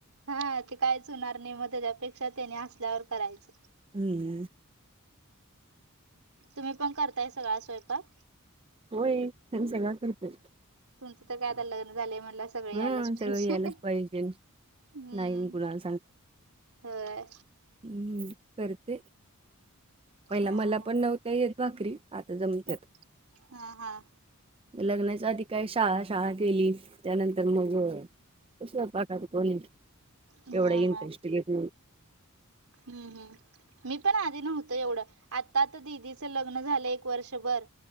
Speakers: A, on the right; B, on the right.
A: हा ते कायच होणार नाही मग त्याच्यापेक्षा त्यानी असल्यावर करायचं.
B: हम्म.
A: तुम्ही पण करताय सगळा स्वयंपाक?
B: होय, आणि सगळं करतोय.
A: तुमचं तर काय आता लग्न झालंय म्हटलं सगळ
B: हा
A: आलंच पाहिजे.
B: सगळं यायलाच पाहिजे.
A: हम्म
B: नाही मी कुणाला
A: होय.
B: ह् करते, पहिला
A: हा
B: मला पण नव्हता येत भाकरी आता जमत
A: हा हा हा
B: <inaudible> लग्नाच्या आधी काय शाळा शाळा केेली त्यानंतर मग क पाकार कोणी
A: हा
B: एवढा इंटरेस्ट
A: हा
B: घेत
A: हम्म हम्म मी पण आधी नव्हत एवढं आता आता दिदीचं लग्न झालं एक वर्षभर